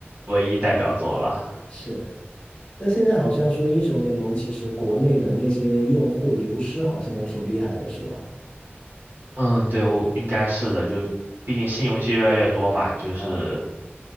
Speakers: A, on the right; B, on the left.
A: 唯一代表作了。
B: 是。但现在好像说英雄联盟其实国内的那些用户流失好像也挺厉害的，是吧？
A: 嗯，对，我应该是的，就毕竟新游戏越来越多嘛，就是
B: 啊，